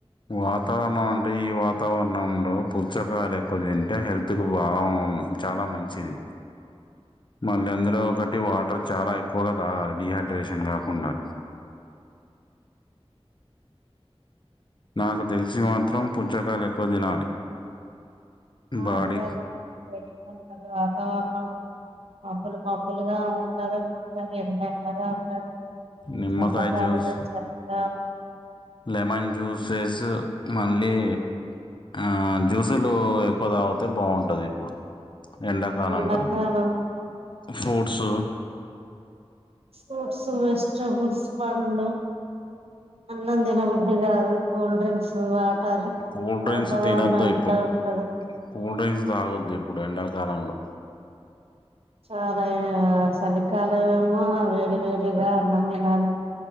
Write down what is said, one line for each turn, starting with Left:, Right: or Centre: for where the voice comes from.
Left: వాతావర్ణం అంటే ఈ వాతావర్ణం లో పుచ్చకాయలు ఎక్కువ తింటే హెల్త్ కు బాగుం చాలా మంచిది
Right: <inaudible>
Left: మళ్ళీ అందులో ఒకటి వాటర్ చాలా ఎక్కువగా తాగాలి డిహైడ్రేషన్ కాకుండా నాకు తెల్సి మాత్రం పుచ్చకాయలు ఎక్కువ తినాలి
Right: ఆ <unintelligible>
Left: బాడీ
Right: వతావర్ణం మబ్బులు మబ్బులుగా ఉంటరు ఎ ఎండ అయినా రాదు ఉ
Left: నిమ్మకాయ
Right: చల్లగాలిగ
Left: జ్యూస్
Right: చలిగ
Left: లెమన్ జ్యూసెస్ మళ్ళీ ఆ జ్యూసులు ఎక్కువ తాగితే బావుంటది ఇప్పుడు ఎండాకాలంలో
Right: ఎండకాలం
Left: ఫ్రూట్స్
Right: ఫ్రూట్స్ వెజిటబుల్స్ పండ్లు అన్నం తినబుద్దికాదు cool drinks water
Left: cool
Right: వాతవరణం
Left: drinks తినొద్దు
Right: ఎండ
Left: ఇప్పుడు
Right: ఉంటది
Left: కూల్ డ్రింక్స్ తాగొద్దు ఇప్పుడు ఎండకాలంలొ
Right: ఆ చలికాలంఏమో వేడి వేడిగా అన్నం తినాలన్